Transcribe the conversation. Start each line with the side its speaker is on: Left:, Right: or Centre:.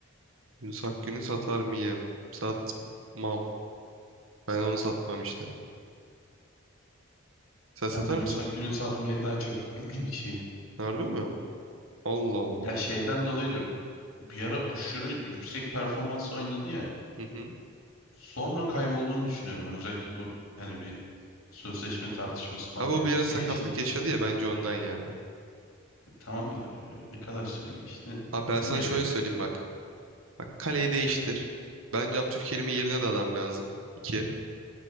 Right: Yunus Akgün'ü satar mıyım? Satmam. Ben onu satmam işte. Sen satar
Left: Ben Yunus
Right: mısın?
Left: Akgün'ü satmaya daha çok <clears throat> şeyim.
Right: Harbi mi? Allah Allah.
Left: Ya şeyden dolayı diyorum. Bir ara aşırı yüksek performans oynadı ya.
Right: Hı hı.
Left: Sonra kaybolduğunu düşünüyorum ben. Özellikle bu hani bir sözleşme tartışması falan
Right: Abi
Left: mevzusu
Right: o bir ara sakatlık
Left: geçti.
Right: yaşadı ya bence ondan ya.
Left: Tamam da e, ne kadar süre geçti
Right: Abi ben sana
Left: bilmiyorum
Right: şöyle
Left: ya.
Right: söyleyeyim bak. Bak kaleyi değiştir. Bence Abdülkerim'in yerine de adam lazım. 2.